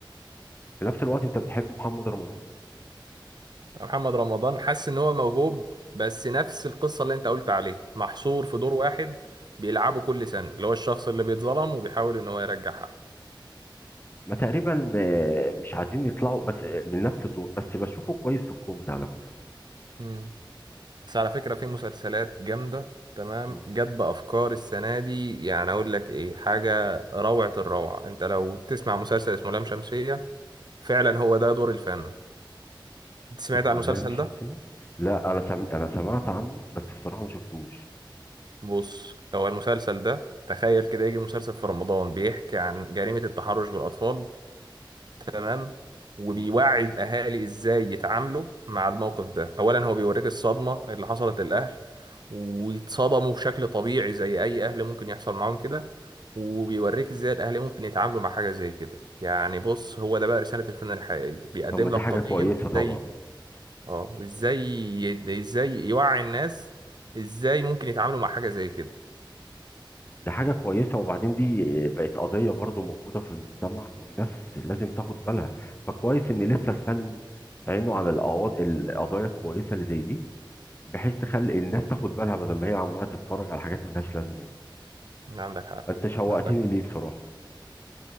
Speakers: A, on the left (about 25°); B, on the right (about 55°).
A: في نفس الوقت انت بتحب محمد رمضان
B: محمد رمضان حاسس ان هو موهوب بس نفس القصة اللي انت قلت عليه محصور في دور واحد بيلعبه كل سنة اللي هو الشخص اللي بيتظلم وبيحاول ان هو يرجع حقه
A: ما تقريبا آه، مش عايزين يطلعوا بس آه، من نفس الدور بس بشوفه كويس في الكوميدي على فكرة
B: مم. بس على فكرة في مسلسلات جامدة تمام
A: مم.
B: جت بأفكار السنة دي يعني أقول لك إيه حاجة روعة الروعة أنت لو تسمع مسلسل اسمه لام شمسية فعلا هو ده دور الفن أنت سمعت
A: اسمه
B: عن المسلسل
A: اللام الشمسية
B: ده؟
A: لا انا سم... انا سمعت عنه بس بصراحة ما شفتوش
B: بص هو المسلسل ده تخيل كده يجي مسلسل في رمضان بيحكي عن جريمة التحرش بالأطفال تمام وبيوعي
A: مم.
B: الاهالي ازاي يتعاملوا مع الموقف ده اولا هو بيوريك الصدمه اللي حصلت للاهل ويتصدموا بشكل طبيعي زي اي اهل ممكن يحصل معاهم كده وبيوريك ازاي الاهل ممكن يتعاملوا مع حاجه زي كده يعني بص هو ده بقى رساله الفن الحقيقيه بيقدم
A: طب ما دي
B: لك
A: حاجة
B: قضيه
A: كويسة
B: وازاي
A: طبعا
B: اه وازاي ي- ازاي يوعي الناس ازاي ممكن يتعاملوا مع حاجه زي كده
A: دي حاجة كويسة وبعدين دي آه، بقت قضية برضو موجودة في المجتمع والناس لازم تاخد بالها فكويس ان لسه الفن عينه على القواض... القضايا الكويسة اللي زي دي بحيث تخلي الناس تاخد بالها بدل ما هي عمالة تتفرج على حاجات ملهاش لازمة يعني.
B: عندك حق
A: انت شوقتني
B: عندك
A: ليه بصراحة